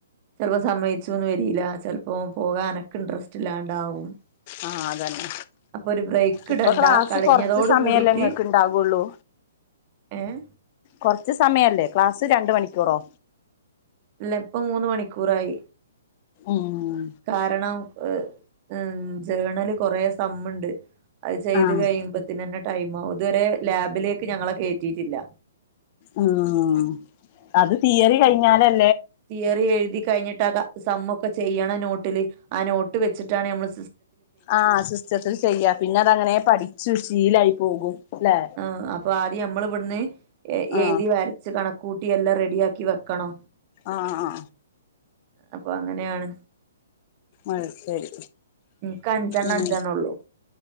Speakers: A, on the right (about 35°); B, on the left (about 40°).
A: ചെലപ്പോ സമ്മേയിച്ചുന്ന് വെരില്ല ചെലപ്പോ പോകൻ എനക്ക് ഇൻട്രസ്റ്റ് ഇല്ലാണ്ടാവും
B: ആാ അതന്നെ
A: അപ്പൊ ഒരു ബ്രേക്ക്
B: ഇപ്പം
A: ഇടണ്ട
B: ക്ലാസ്സ്
A: കടിഞ്ഞതോട്
B: കൊറ കൊറച്ച് സമയല്ലോ
A: കൂടിട്ട്
B: ഇങ്ങക്ക് ഒണ്ടാകോള്ളൂ
A: ഏഹ്
B: കൊറ ച്ച് സമയല്ലേ ക്ലാസ് രണ്ട് മണിക്കൂറോ
A: ഇല്ല ഇപ്പം മൂന്ന് മണിക്കൂറായി
B: ഉം
A: കാരണം യ് ജേണല് കൊറേ സ തമ്മ്ണ്ട് അത് ചെയ്ത്
B: ആഹ്
A: കഴിയ് ടൈമാവും ഇത് വെരെ ലാബിലേക്ക് ഞങ്ങളെ കയറ്റിയിട്ടില്ല
B: ഉം അത് തിയറി കഴിഞ്ഞാലല്ലോ
A: തിയറി എഴുതി കഴിഞ്ഞാട്ടാതാ സമ്മേ ഒക്കെ ചെയ്യണം നോട്ട ട്ട ആ നോട്ട് വച്ചിട്ടാണ് നമ്മ
B: ആഹ സിസ്റ്റത്തിൽ ചെയ്യാ പിന്നെ അത അങ്ങനെ പഠിച്ചു ശീലായി പോകും ല്ലേ
A: ആ അപ്പൊ ആദ്യം നമ്മള് അവിടന്ന
B: ആഹ്
A: എഴുതി വരച്ച് കണക്ക കൂട്ടിയെല്ലാം റെഡിയാക്കി വെക്കണോ
B: ആഹ ആ
A: അപ്പൊ അങ്ങനെയാണ്
B: അഹ ശരി
A: ഉംക്ക് അഞ്ചാൻ
B: ഉം
A: അഞ്ജാാനള്ളോ